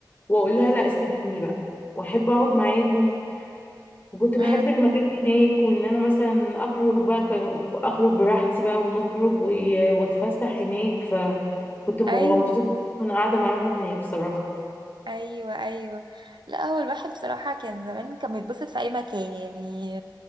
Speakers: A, on the left; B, on the right.
A: واقول
B: امم
A: لها لا سيبيني بقى واحب اقعد معاهم وكنت بحب
B: امم
A: المكان هناك وان انا مثلا اخرج بقى كان اخرج براحتي بقى ونخرج و- واتفسح هناك فكنت ببقى
B: ايوه
A: مبسوطه وانا قاعده معاهم هناك صراحه
B: ايوه ايوه لا هو الواحد بصراحة كان زمان كان بيتبسط في اي مكان يعني